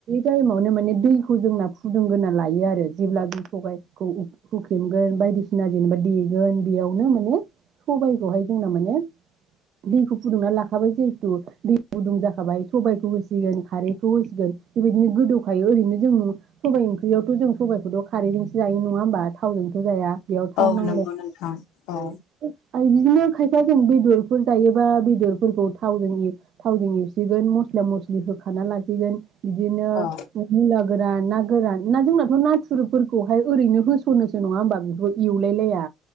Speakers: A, on the right; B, on the left.
A: टाइमावनो माने दैखौ जोंना फुदुंग्रोना लायो आरो। जेब्ला जों सबायखौ हुख्रेमगोन बायदिसिना जेनेबा देगोन बेयावनो माने सबाइखौहाय जोंना माने दैखौ फुदुंनानै लाखाबाय जिहेथु दै गुदुं जाखाबाय सबाइखौ होसिगोन खारैखौ होसिगोन बेबायदिनो गोदौखायो ओरैनो जों सबाइ ओंख्रियावथ जों सबाइ खौथ खारैजोंसो जायो नङा होमबा थावजोंथ जाया। बेयाव थाव
B: औ
A: नांलाया
B: नंगौ नोंथां औ
A: बिदिनो खायफा जों बेदरफोर जायोबा बेदरफोरखौ थावजों थावजों एवसिगोन मस्ला मस्लि होखाना लासिगोन बिदिनो
B: औ
A: <unintelligible> गोरान ना गोरान ना जोंनाथ' नाथुर रुपफोरखौहाय ओरैनो होस'नोसो नङा होमबा बेखौ एवलायलाया?